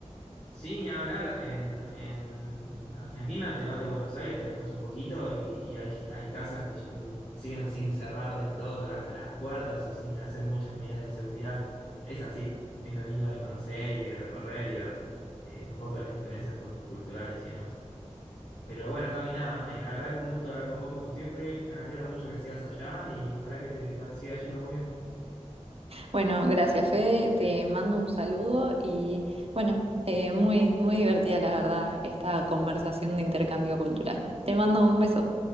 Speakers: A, on the left; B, on the right.
A: Sí, ni hablar, en, en Argentina te vas de Buenos Aires, te alejas un poquito y, y hay, hay casas que mm, siguen sin cerrar del todo la- las puertas o sin hacer muchas medidas de seguridad. Es así, es lo lindo de conocer y de recorrer y ver eh, un poco las diferencias cul- culturales y demás. Pero bueno, Cami, nada, eh, la verdad que un gusto hablar con vos como siempre, me alegro mucho que sigas allá y ojalá que te va- siga yendo muy bien.
B: Bueno, gracias, Fe, te mando un saludo y bueno, eh, muy, muy divertida la verdad esta conversación de intercambio cultural. Te mando un beso.